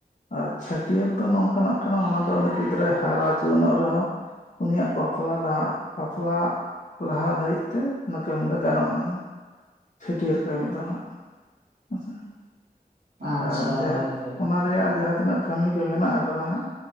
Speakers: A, on the left; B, on the right.
A: ᱟᱨ ᱪᱷᱟᱹᱴᱭᱟᱹᱨ ᱫᱚ ᱱᱚᱝᱠᱟᱱᱟᱜ ᱠᱟᱱᱟ ᱚᱱᱟ ᱫᱚ ᱩᱱᱤ ᱜᱤᱫᱽᱨᱟᱹ ᱦᱟᱨᱟ ᱡᱩᱣᱟᱹᱱᱚᱜ ᱨᱮᱦᱚᱸ ᱩᱱᱤᱭᱟᱜ ᱵᱟᱯᱞᱟ ᱫᱟᱜ ᱵᱟᱯᱞᱟ। ᱞᱟᱦᱟ ᱫᱷᱟᱹᱨᱤᱡ ᱛᱮ ᱚᱱᱟ ᱠᱟᱹᱢᱤ ᱫᱚ ᱜᱟᱱᱚᱜ ᱟᱱᱟᱝ ᱪᱷᱟᱹᱴᱭᱟᱹᱨ ᱠᱟᱹᱢᱤ ᱫᱚ ᱦᱟᱸᱜ। ᱟᱪᱪᱷᱟ
B: ᱟᱪᱪᱷᱟ
A: ᱟᱨ ᱡᱟᱦᱟᱸᱛ
B: ᱦᱳᱭ ᱦᱳᱭ
A: ᱚᱱᱟ ᱨᱮᱭᱟᱜ ᱡᱟᱦᱟᱸ ᱛᱤᱱᱟᱹᱜ ᱠᱟᱹᱢᱤ ᱠᱚ ᱢᱮᱱᱟᱜ ᱟᱠᱟᱫᱟ ᱦᱟᱸᱜ